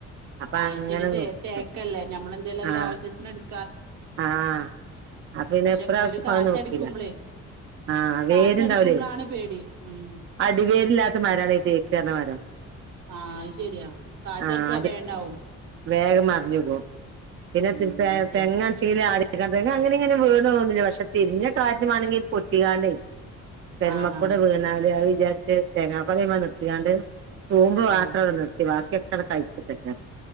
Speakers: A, on the right; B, on the right.
A: അപ്പൊ
B: ആഹ്
A: അങ്ങനെ
B: ശരി തേ
A: നിർത്തും
B: തേക്കല്ലേ ഞമ്മളെന്തെലും ഒക്കെ
A: ആഹ്
B: ഒര ആവശ്യത്തിന് ഇട്--,
A: ആഹ് അത് പിന്നെ
B: പക്ഷെ
A: ഇപ്രാവശ്യം
B: ഒരു
A: ഇപ്പത്
B: കാറ്റടിക്കുമ്പളേ
A: നോക്കീല ആഹ് വേര്ണ്ടാവൂലേ
B: കാറ്റടിക്കുമ്പളാണ് പേടി ഉം
A: അടിവേരില്ലാത്തമരാവേ തേ ക്കാണ് മരം
B: ആ അത് ശരിയാ കാറ്റടിച്ചാ
A: ആഹ് അടി
B: വേണ്ടാവും.
A: വേഗം മറിഞ്ഞ്വ്കും പിന്നെ
B: ഉം
A: തെ
B: അത് ശരി
A: തെങ്ങാണ്ച്ചേല് റക് അങ്ങനിം ഇങ്ങനിം വീണ് പോവൊന്നുല്ല. പക്ഷെ തിരിഞ്ഞ കാറ്റ് മാണെങ്കി പൊട്ടികാണ്ടേയ് <unintelligible>
B: ആഹ് ആഹ്
A: തൂമ്പ് മാത്രം
B: ആഹ്
A: അവിടെ നിർത്തി ബാക്കിയൊക്കെ അത കഴിച്ചിട്ടക്ക